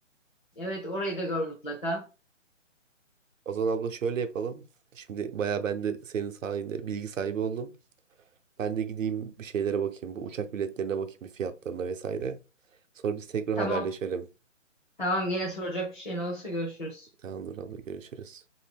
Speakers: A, on the left; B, on the right.
A: Evet orayı da gör mutlaka.
B: O zaman abla şöyle yapalım. Şimdi bayağı ben de senin sayende bilgi sahibi oldum. Ben de gideyim bir şeylere bakayım. Bu uçak biletlerine bakayım bir fiyatlarına vesaire. Sonra biz tekrar
A: Tamam.
B: haberleşelim.
A: Tamam gene soracak bir şeyin olursa görüşürüz.
B: Tamamdır abla görüşürüz.